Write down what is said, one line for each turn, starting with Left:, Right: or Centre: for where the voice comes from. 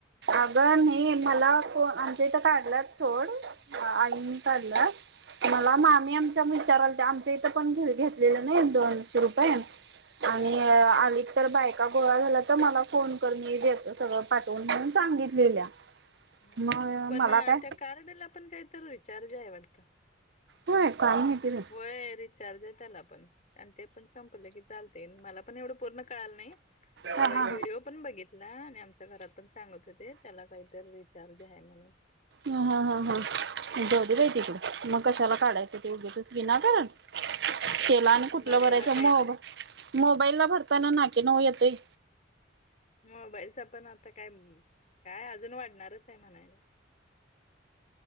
Right: अगं नाही, मला फो आमच्या इथं काढल्यात सोड, आईनी काढल्यात मला
Left: हम्म
Right: मामी आमच्या विचारालत्या, आमच्या इथं पण घेतलेलं नाही दोनशे रुपये आणि
Left: हा
Right: आली तर बायका गोळा झाल्या तर, मला फोन कर, मीे देतो सगळं पाठवून म्हणून सांगितलेल्या.
Left: ह
Right: मग
Left: पण
Right: मला काय
Left: त्या कार्डला पण काय तर रिचार्ज आहे वाटतं?
Right: होय काय माहिती बाई?
Left: होय, रिचार्ज आहे त्याला पण, आणि ते पण संपलं की चालतय, मला पण एवढं पूर्ण कळाल नाही. परवा
Right: हा हा
Left: एक व्हिडिओ पण बघितलाय आणि आमच्या घरात पण सांगत होते, त्याला काहीत रिचार्ज आहे म्हणून
Right: हा हा हा हा, जाऊदे बाई तिकड, मग कशाला काढायचं ते उगच विनाकारण, तेला आणि कुठलं
Left: बघायला
Right: भरायचं
Left: पाहिजे
Right: मग मोबाईला भरताना नाके नऊ येतोय
Left: मोबाईलच पण आता काय, काय अजून वाढणारच आहे म्हणायला